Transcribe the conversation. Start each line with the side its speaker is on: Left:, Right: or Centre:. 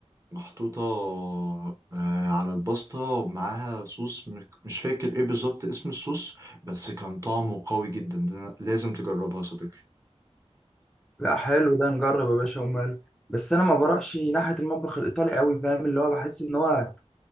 Right: محطوطة آه، على الباستا ومعاها صوص م- مش فاكر ايه بالظبط اسم الصوص بس كان طعمه قوي جدا ده أنا لازم تجربها يا صديقي
Centre: لا حلو ده نجرب يا باشا ومال بس انا ما بروحش ناحيه المطبخ الايطالي قوي فاهم اللي هو بحس ان هو